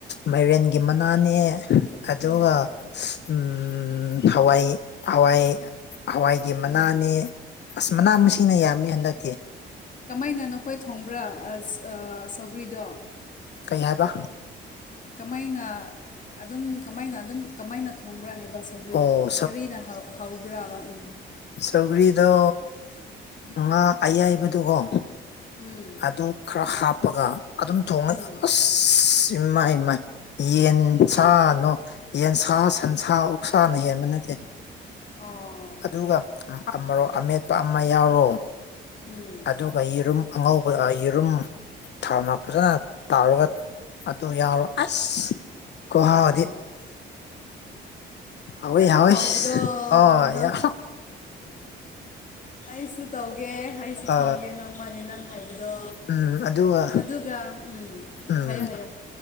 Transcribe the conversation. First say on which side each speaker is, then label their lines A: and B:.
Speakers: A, on the left; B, on the left.
A: ꯃꯥꯏꯔꯦꯟ ꯒꯤ ꯃꯅꯥꯅꯦ ꯑꯗꯨꯒ
B: ꯎꯝ
A: ꯎꯝ ꯍꯋꯥꯏ ꯍꯋꯥꯏ ꯍꯋꯥꯏꯒꯤ ꯃꯅꯥꯅꯦ
B: ꯍꯣꯏ
A: ꯑꯁ ꯃꯅꯥ
B: ꯎꯝ
A: ꯃꯁꯤꯡꯅ ꯌꯥꯝꯃꯤ ꯍꯟꯗꯛꯇꯤ
B: ꯀꯃꯥꯏꯅ ꯅꯈꯣꯏ ꯊꯣꯡꯕ꯭ꯔꯥ ꯑ ꯁꯧꯒ꯭ꯔꯤꯗꯣ
A: ꯀꯩ ꯍꯥꯏꯕ
B: ꯀꯃꯥꯏꯅ ꯑꯗꯨꯝ ꯀꯃꯥꯏꯅ ꯑꯗꯨꯝ ꯀꯃꯥꯏꯅ ꯊꯣꯡꯕ꯭ꯔꯥ ꯍꯥꯏꯕ ꯁꯒꯔꯤ
A: ꯑꯣ
B: ꯀꯔꯤꯅ ꯍꯧꯕ꯭ꯔꯥꯕ ꯎꯝ
A: ꯆꯧꯒ꯭ꯔꯤꯗꯣ ꯉꯥ ꯑꯌꯥꯏꯕꯗꯨꯀꯣ
B: ꯎꯝ
A: ꯑꯗꯨ ꯈꯔ ꯍꯥꯞꯄꯒ ꯑꯗꯨꯝ ꯊꯣꯡꯉꯦ
B: ꯎꯝ
A: ꯑꯁ ꯃꯥꯏ ꯃꯥꯏ ꯌꯦꯟꯁꯥꯅꯣ ꯌꯦꯟꯁ ꯁꯟꯁꯥ ꯑꯣꯛꯁꯥꯅ ꯍꯦꯟꯕ ꯅꯠꯇꯦ
B: ꯑꯣ
A: ꯑꯗꯨꯒ ꯑꯃ ꯑꯃꯦꯠꯄ ꯑꯃ ꯌꯥꯎꯔꯣ
B: ꯎꯝ
A: ꯑꯗꯨꯒ ꯌꯦꯔꯨꯝ ꯑꯉꯧꯕ ꯌꯦꯔꯨꯝ ꯊꯥꯎꯅ ꯐꯖꯅ ꯇꯥꯎꯔꯒ ꯑꯗꯨ ꯌꯥꯎꯔꯣ ꯑꯁ ꯈꯣꯍꯥꯎꯥꯗꯤ
B: ꯑꯣ
A: ꯍꯥꯎꯋꯤ
B: ꯌꯥꯝ
A: ꯍꯥꯎꯋꯤ
B: ꯍꯕꯗꯣ
A: ꯑꯣ
B: ꯍꯧꯕꯗꯣ
A: ꯌꯥꯝ
B: ꯑꯩꯁꯨ ꯇꯧꯒꯦ ꯑꯩꯁꯨ
A: ꯑ
B: ꯊꯣꯡꯒꯦ ꯅꯣꯡꯃꯜꯅꯦ ꯅꯪ ꯍꯥꯏꯕꯗꯣ
A: ꯎꯝ ꯑꯗꯨꯒ
B: ꯑꯗꯨꯒ ꯎꯝ
A: ꯎꯝ
B: ꯍꯥꯏꯌꯣ ꯍꯥꯏꯌꯣ